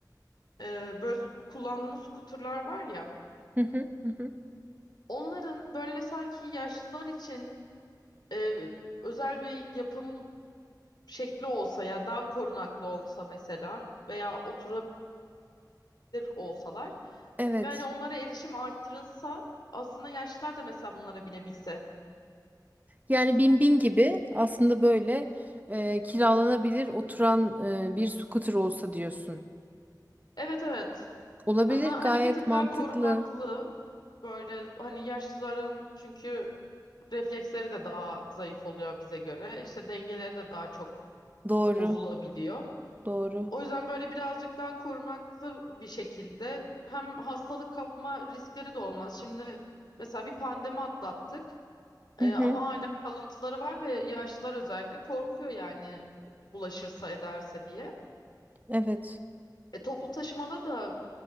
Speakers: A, on the left; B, on the right.
A: e, böyle kullandığımız skuterlar var ya.
B: Hı hı, hı hı.
A: Onların böyle sanki yaşlılar için e, özel bir yapım şekli olsa ya daha korunaklı olsa mesela veya oturabilir olsalar
B: Evet.
A: ve hani onlara erişim artırılsa aslında yaşlılar da mesela bunlara binebilse.
B: Yani bin bin gibi aslında böyle e, kiralanabilir oturan e, bir scooter olsa diyorsun.
A: Evet evet
B: Olabilir
A: ama
B: gayet
A: hani bir tık
B: mantıklı.
A: daha korunaklı böyle hani yaşlıların çünkü refleksleri de daha zayıf oluyor bize göre işte dengeleri de daha çok
B: Doğru.
A: bozulabiliyor.
B: Doğru.
A: O yüzden böyle birazcık daha korunaklı bir şekilde hem hastalık kapma riskleri de olmaz. Şimdi mesela bir pandemi atlattık e,
B: Hı hı.
A: ama hala kalıntıları var ve yaşlılar özellikle korkuyor yani bulaşırsa ederse diye.
B: Evet.
A: E, toplu taşımada da